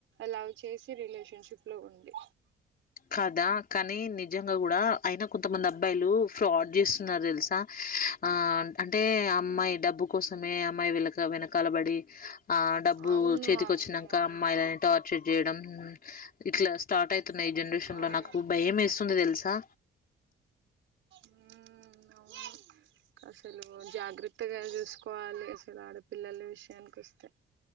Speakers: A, on the right (about 75°); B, on the left (about 45°).
A: లవ్ చేసి రిలేషన్షిప్ లో ఉండి
B: కదా కానీ నిజంగా కూడా అయినా కొంతమంది అబ్బాయిలు ఫ్రాడ్ చేస్తున్నారు తెలుసా. ఆ అంటే అమ్మాయి డబ్బు కోసమే అమ్మాయి వెల్లక వెనకాలబడి ఆ డబ్బు
A: అవును
B: చేతికి
A: అవును
B: వచ్చినంక
A: అవును
B: అమ్మాయిలని టార్చర్ చేయడం. ఇట్ల స్టార్ట్ అయితున్నాయి. ఈ జనరేషన్
A: అవును
B: లో నాకు భయం వేస్తుంది తెలుసా
A: ఉ అవును అసలు జాగ్రత్తగా చూసుకోవాలి అసలు ఆడపిల్లల విషయానికి వస్తే